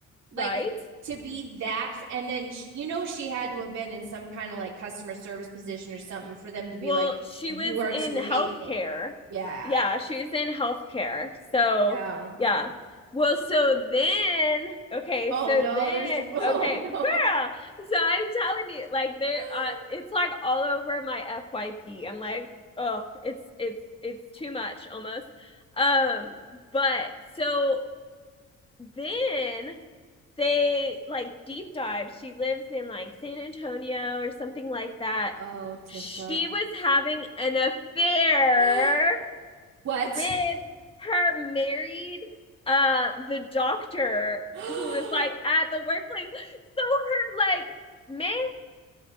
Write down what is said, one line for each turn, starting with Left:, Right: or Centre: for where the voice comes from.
Right: Like
Left: right?
Right: to be that and then sh- you know she had to have been in some kind of like customer service position or something for them to be
Left: Well,
Right: like
Left: she
Right: you
Left: was
Right: are
Left: in
Right: too
Left: healthcare.
Right: hateful. Yeah.
Left: Yeah, she was in healthcare. So,
Right: Yeah.
Left: yeah. Well, so then, okay,
Right: Oh
Left: so
Right: no,
Left: then,
Right: there's <laughs> oh
Left: okay,
Right: no.
Left: girl. So I'm telling you, like there,
Right: <gasps>
Left: uh, it's like all over my FYP. I'm like, oh, it's it's it's too much almost. Um, but so then they like deep dive. She lives in like San Antonio or something like that.
Right: Oh, TikTok.
Left: She was having an affair
Right: <gasps> What?
Left: with her married uh the doctor
Right: <gasps>
Left: who is like at the workplace. So her like man